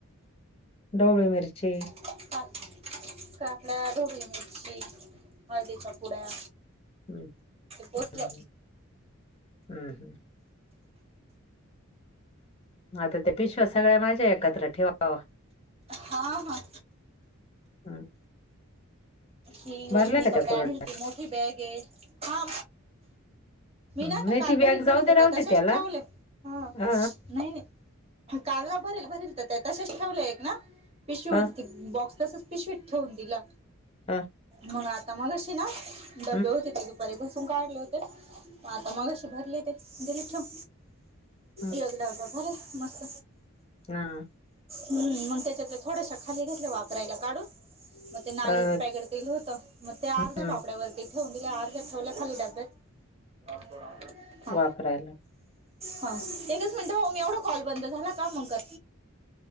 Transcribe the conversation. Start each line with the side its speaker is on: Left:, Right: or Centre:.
Left: डोबळी मिरची.
Right: सात. का आपल्या धोबी मिरची हळदीच्या पुुड्या.
Left: हम्म
Right: पोहोचलो.
Left: हम्म हम्म हम्म आता ते पिशवा सगळ्या माझ्या एकत्र ठेवा.
Right: हा हा.
Left: हम्म
Right: हि ओमनी
Left: भरल्या का
Right: कपडे
Left: त्या कोरड
Right: आणल त मोठी बॅग आहे हा. मी
Left: हम्म,
Right: नाही आता काल
Left: ती बॅग
Right: भरीत भरीत
Left: जाऊ दे
Right: येत
Left: राहू
Right: तशच
Left: दे त्याला
Right: ठेवले हा
Left: हा
Right: नाही नाही. काल ना भरेल भरेल तर ते तसेच ठेवलं एक ना पिशवी
Left: हा
Right: होती ती. बॉक्स तसंच पिशवीत ठेवून दिला.
Left: हा
Right: मग आता मगशी ना डबे
Left: हम्म,
Right: होते ते तु. बेक सुंका आढले होते मग आता मगाशी भरले ते दिेली ठेऊन.
Left: हम्म,
Right: एकदा भरा मस्त.
Left: हा,
Right: हम्म मग त्याच्यात थोडश खाली घेतल्या वापरायला काढून मग ते नाली.
Left: अ,
Right: ड होत मग ते अर्ध्या
Left: हम्म,
Right: पापड्यावरती ठेवून दि अर्ध्या ठेवल्या खाली डब्यात. हा.
Left: वापरायला
Right: हा एकच मिनट हो मी एवढा कॉल बंद झाला का मग कर.